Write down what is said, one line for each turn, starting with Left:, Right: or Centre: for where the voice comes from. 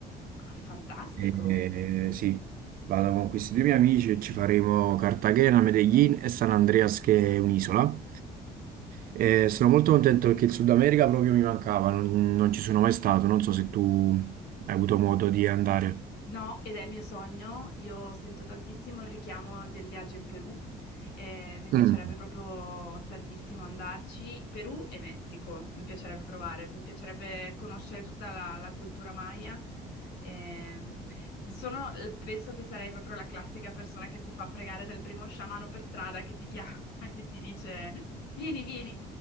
Left: Ah, fantastico!
Right: Eh, sì, vado con questi due miei amici e ci faremo Cartagena, Medellin e San Andreas, che è un'isola. Eh, sono molto contento perché il Sud America proprio mi mancava, non, non ci sono mai stato. Non so se tu hai avuto modo di andare.
Left: No, ed è il mio sogno. Io sento tantissimo il richiamo del viaggio in Perù. eh, mi piacerebbe
Right: Mm.
Left: proprio tantissimo andarci. Perù e Messico, mi piacerebbe provare, mi piacerebbe conoscere tutta la, la cultura maya. Eh, sono- penso che sarei proprio la classica persona che si fa fregare dal primo sciamano per strada che ti chiama <laughs> e ti dice: Vieni, vieni.